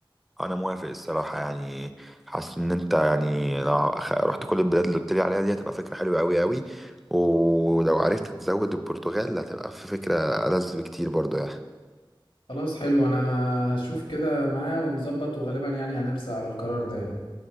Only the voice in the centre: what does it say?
انا موافق الصراحة يعني حاسس ان انت يعني لو أخ- رحت كل البلاد اللي قلت لي عليها دي هتبقى فكرة حلوة قوي قوي ولو عرفت تزود البرتغال هتبقى في فكرة ألذ بكتير برضه يعني